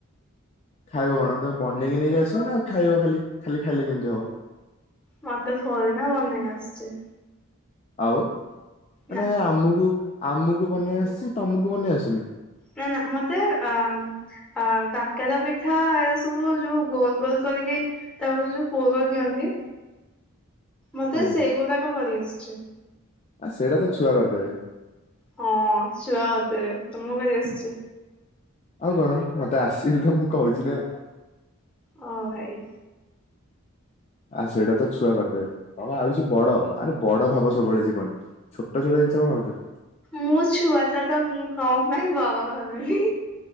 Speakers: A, on the left; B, in the centre.
A: ଖାଇବ କଣ ତମେ ବନେଇକି ନେଇକି ଆସିବ ନା ଆଉ ଖାଇବ ଖାଲି ଖାଲି ଖାଇଲେ କେମତି ହବ।
B: ମତେ ଥୋଡି ନା ବନେଇ ଆସଚି।
A: ଆଉ ମାନେ
B: ନା
A: ଆମୁକୁ ଆମୁକୁ ବନେଇ ଆସୁଚି ତମୁକୁ ବନେଇ ଆସୁନି।
B: ନା ନା ମତେ ଆ ଆ କାକେରା ପିଠା ଏରା ସବୁ ଯୋଉ ଗୋଲ ଗୋଲ କରିକି ତାପରେ ଯୋଉ ପୁର ଦିଅନ୍ତି ମତେ
A: ହୁଁ।
B: ସେଇଗୁଡିକ କରିଆସଚି।
A: ଆଉ ସେଡା ତ ଛୁଆ କରିଦେବେ।
B: ହଁ ଛୁଆ କରିଦେବେ ତମକୁ କରି ଆସଚି?
A: ଆଉ କଣ ମତେ ଆସିଲି ତ ମୁଁ କୋହୁଚି ନା।
B: ଓ ଭାଇ।
A: ଆ ସେଇଟା ତ ଛୁଆ କରିଦେବେ <unintelligible> ଆଉଚି ବଡ ଆରେ ବଡ ଭାବ ସବୁବେଳେ ଯିବନରେ। ଛୋଟ ଛୋଟ ଜିନିଷ କଣ ଭାବୁଚ।
B: ମୋ ଛୁଆଟା ତ ମୁଁ କଣ ପାଇଁ ବାଡ ଭାବିବି।